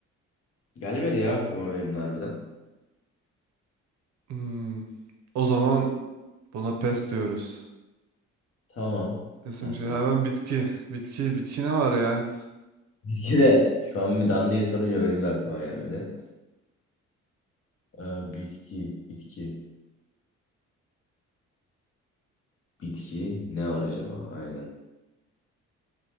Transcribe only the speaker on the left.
Gelmedi ya aklıma benim de harbiden.
Tamam.
Bastı.
Bitki de. Şu an bir Danlı'ya sorunca benim de aklıma gelmedi. Ee, bitki. Bitki. Bitki ne var acaba? Aynen.